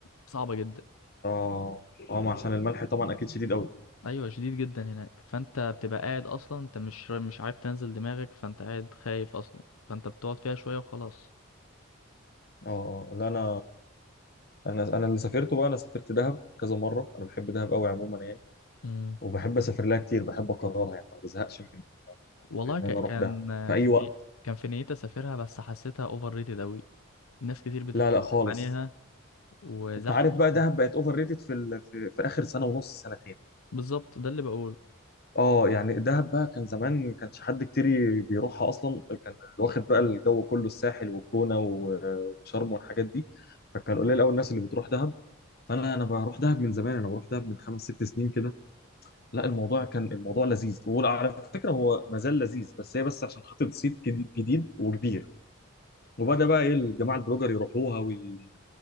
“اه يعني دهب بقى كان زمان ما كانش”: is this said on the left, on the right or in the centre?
Left